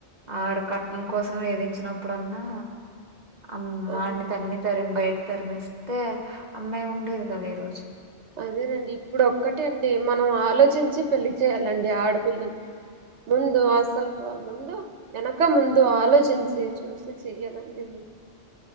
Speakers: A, on the right; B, on the right.
A: ఆడు కట్నం కోసం వేధించినప్పుడు అన్నా అమ్
B: అదేనండి
A: వాణ్ని తన్ని, తరిమి బయట తరిమిస్తే, అమ్మాయి ఉండేది కదా ఈ రోజు.
B: అదేనండి, ఇప్పుడు ఒక్కటే అండి. మనం ఆలోచించి పెళ్లి చేయాలండి ఆడపిల్లల్క్. ముందు ఆసలు ముందు వెనక ముందు ఆలోచించి చూసి చెయ్యాలండి